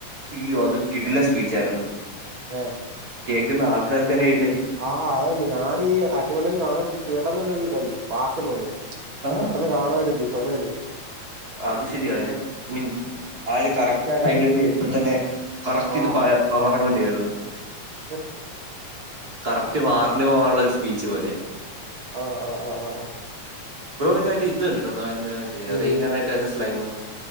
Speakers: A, on the right; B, on the right.
A: അയ്യോ അത് ഒരുകിഡ്ലൻ സ്പീച്ചായിരുന്നു
B: ഏ
A: കേൾക്കുന്ന ആൾക്കാർക്കന്നെ എഴു
B: ആഹ് അതെ ഞാനീ അറ്റവണയും കാണാ കേട്ടപ്പതന്നെ ഒരു ഇതായി സ്പാർക്കന്നും അല്ലെ
A: ആ
B: പെട്ടെന്ന് കാണാ ഒര് ഇത് തൊരയിരുന്നു
A: അത് ശരി അതിന്റെ മീൻ ആഒര് കറക്റ്റ് ആ ഡയലോഗ് കേൾക്കുമ്പോ തന്നെ കറക്റ്റ്
B: ആ
A: ഇത്.
B: ആ ആ
A: <unintelligible>
B: ഏ,
A: കറക്റ്റ് വാറിന് പോകാനുള്ള ഒരു സ്പീച്ച് പോലെ
B: ആഹ് ആഹ്
A: ബ്രോ <unintelligible> ഇത് കണ്ടിട്ടുണ്ടോ <unintelligible>
B: ഏത്
A: മറ്റെ <unintelligible> സ്ലൈം